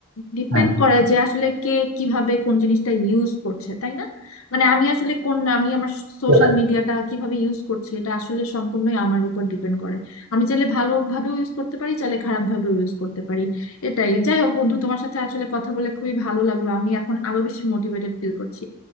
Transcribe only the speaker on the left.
ডিপেন্ড
করে যে আসলে কে কিভাবে কোন জিনিসটা ইউজ করছে তাই না মানে আমি আসলে কোন আমি আমার
সোশ্যাল
মিডিয়াটা কিভাবে ইউজ করছি এটা আসলে সম্পূর্ণই আমার উপর ডিপেন্ড করে আমি চাইলে ভালোভাবেও ইউজ করতে পারি চাইলে খারাপ ভাবেও ইউজ করতে পারি এটাই যাই হোক বন্ধু তোমার সাথে আসলে কথা বলে খুবই ভালো লাগলো আমি এখন আরো বেশি মোটিভেটেড ফিল করছি